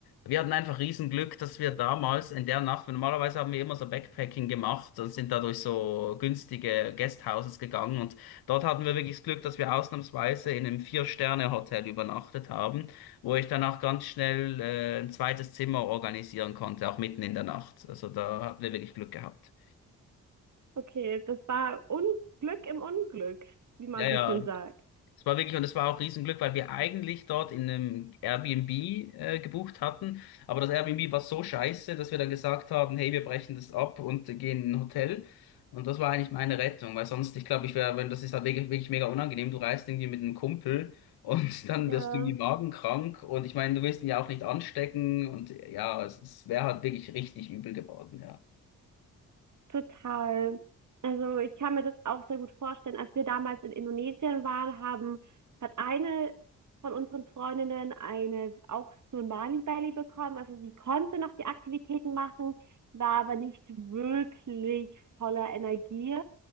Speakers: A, on the left; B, on the right.
A: wir hatten einfach Riesenglück, dass wir damals in der Nacht, weil normalerweise haben wir immer so Backpacking gemacht und sind da durch so günstige Guesthouses gegangen. Und dort hatten wir wirklich das Glück, dass wir ausnahmsweise in einem Vier-Sterne-Hotel übernachtet haben, wo ich danach ganz schnell äh, ein zweites Zimmer organisieren konnte, auch mitten in der Nacht. Also da hatten wir wirklich Glück gehabt.
B: Okay, das war Unglück im Unglück, wie man
A: Ja,
B: so
A: ja,
B: schön sagt.
A: Es war wirklich, und es war auch Riesenglück, weil wir eigentlich dort in einem Airbnb äh, gebucht hatten. Aber das Airbnb war so scheiße, dass wir dann gesagt haben, hey, wir brechen das ab und gehen in ein Hotel. Und das war eigentlich meine Rettung, weil sonst, ich glaube, ich wäre, wenn das ist halt wirklich, wirklich mega unangenehm. Du reist irgendwie mit einem Kumpel und <laughs> dann
B: Ja.
A: wirst du irgendwie magenkrank. Und ich meine, du willst ihn ja auch nicht anstecken. Und ja, es, es wäre halt wirklich richtig übel geworden, ja.
B: Total. Also ich kann mir das auch sehr gut vorstellen. Als wir damals in Indonesien waren, haben, hat eine von unseren Freundinnen eine auch so ein Mali-Belly bekommen. Also sie konnte noch die Aktivitäten machen, war aber nicht wirklich voller Energie